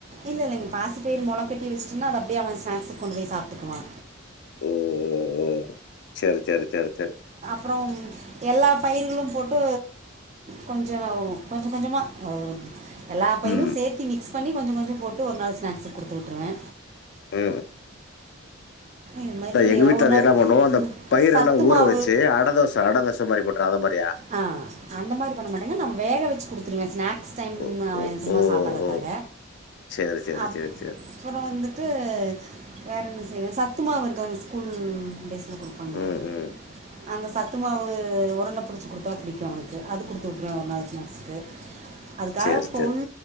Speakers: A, on the right (about 35°); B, on the left (about 55°).
A: இல்ல இல்லைங்க பாசி பயிறு மொளக்கட்டி வச்சுட்டுன்னா அது அப்டியே அவன் ஸ்நேக்ஸ்க்கு கொண்டு போய் சாப்ட்டுக்குவா
B: ம் ம் ம் சேரி சேரி சேரி சேரி
A: ப்றம் எல்லா பயிர்களும் போட்டு கொஞ்சொ கொஞ்ச கொஞ்சமா ஓ எல்லா பயிறும்
B: ம்.
A: சேத்தி மிக்ஸ் பண்ணி கொஞ்ச கொஞ்சம் போட்டு ஒரு நாள் ஸ்நாக்ஸ்சு குடுத்து உட்ருவே
B: அ அ
A: இது மாதிரி
B: த எங்க வீட்ல
A: ஒரு
B: அது
A: நாள்
B: என்ன பண்ணூ அந்த பயிரல்லா
A: சத்து
B: ஊற
A: மாவு
B: வச்சு அடதோச த அடதோச மாரி போட்டுறு அத மாரியா
A: ஆ அந்த மாரி பண்ண மாட்டேங்க நா வேக வச்சு குடுத்துருவே ஸ்நாக் க்ஸ் டைம்
B: ஓ!
A: அவே
B: ஓ!
A: சும்மா
B: ஓ!
A: சாப்டறக்காக
B: ஓ! சரி, சரி,
A: அப்
B: சரி, சரி.
A: ப்பறோ வந்துட்டு வேற என்ன செய்வே சத்துமாவு இருக்கு அவுங்க ஸ்கூல் டேஸ்ல கூட பண்ணுவே
B: ம், ம்.
A: அந்த சத்து மாவு உரண்டப் புடிச்சு குடுத்தா புடிக்கூ அவனுக்கு அது குடுத்து விட்ருவே ஒரு நாலு ஸ்நாக்ஸ்க்கு அதுக்காக
B: சரி,
A: ஃபுல்
B: சரி.